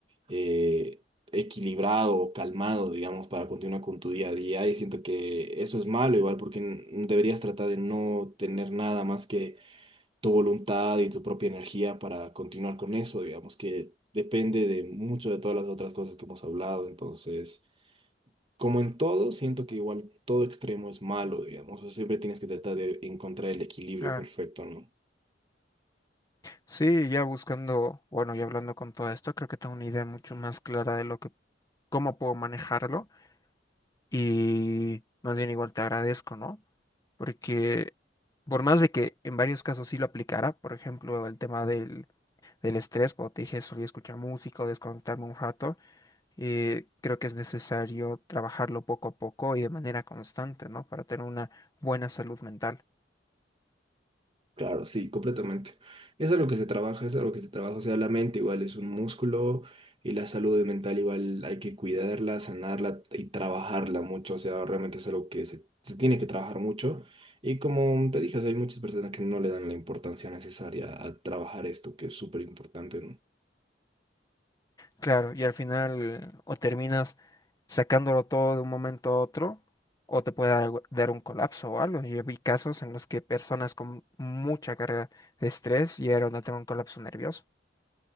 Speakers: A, on the right; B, on the left.
A: eh, equilibrado o calmado, digamos, para continuar con tu día a día. Y siento que eso es malo, igual, porque n- deberías tratar de no tener nada más que tu voluntad y tu propia energía para continuar con eso, digamos, que depende de mucho de todas las otras cosas que hemos hablado. Entonces. Como en todo, siento que igual todo extremo es malo, digamos. o sea, siempre tienes que tratar de encontrar el equilibrio
B: Claro.
A: perfecto, ¿no?
B: Sí, ya buscando, bueno, y hablando con todo esto, creo que tengo una idea mucho más clara de lo que, cómo puedo manejarlo y más bien igual te agradezco, ¿no? porque por más de que en varios casos sí lo aplicara, por ejemplo, el tema del, del estrés, cuando te dije solía escuchar música o desconectarme un rato, eh, creo que es necesario trabajarlo poco a poco y de manera constante, ¿no? Para tener una buena salud mental.
A: Claro, sí, completamente. Es a lo que se trabaja, es a lo que se trabaja. O sea, la mente igual es un músculo y la salud mental igual hay que cuidarla, sanarla y trabajarla mucho. O sea, realmente es algo que se, se tiene que trabajar mucho. Y como te dije, o sea, hay muchas personas que no le dan la importancia necesaria a trabajar esto, que es súper importante, ¿no?
B: Claro, y al final o terminas sacándolo todo de un momento a otro, o te puede dar, algo- dar un colapso o algo. Yo vi casos en los que personas con mucha carga de estrés llegaron a tener un colapso nervioso.